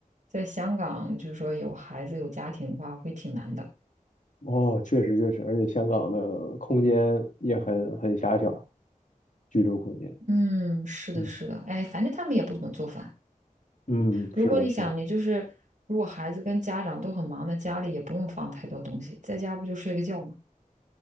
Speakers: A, on the right; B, on the left.
A: 在香港，就是说有孩子有家庭的话，会挺难的。
B: 哦，确实确实，而且香港的空间也很很狭小，居住空间。
A: 嗯，是的，
B: 嗯
A: 是的，哎，反正他们也不怎么做饭。
B: 嗯，
A: 如果你想，
B: 是的，是的，
A: 你就是如果孩子跟家长都很忙，那家里也不用放太多东西，在家不就睡个觉吗？